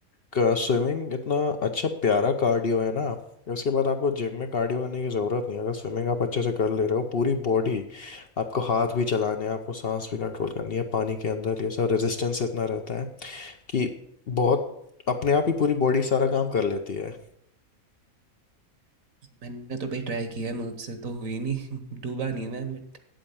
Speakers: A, on the left; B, on the right.
A: का- स्विमिंग इतना अच्छा प्यारा कार्डियो है ना उसके बाद आपको जिम में कार्डियो करने की ज़रूरत नहीं है। अगर स्विमिंग आप अच्छे से कर ले रहे हो पूरी बॉडी आपको हाथ भी चलाने हैं आपको सांस भी कंट्रोल करनी है पानी के अंदर ये सब रेजिस्टेंस इतना रहता है कि बहुत अपने आप ही पूरी बॉडी सारा काम कर लेती है
B: मैंने तो भाई ट्राई किया है मुझसे तो हुई नहीं <laughs> डूबा नहीं मैं बट